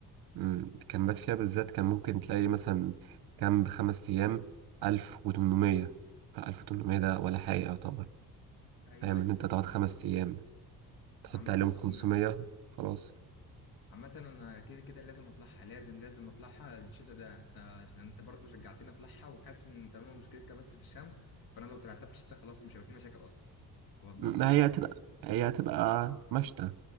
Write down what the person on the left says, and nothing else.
ايوه
ايوه
بالظبط
عامة
أنا-
عامة انا كده كده لازم اطلعها لازم لازم اطلعها الشتاء ده انت عشان انت برضه شجعتني اطلعها وحاسس ان طالما مشكلتها بس في الشمس فانا لو طلعتها في الشتاء خلاص مش هيبقى في مشاكل اصلا وهتبسط
كتير.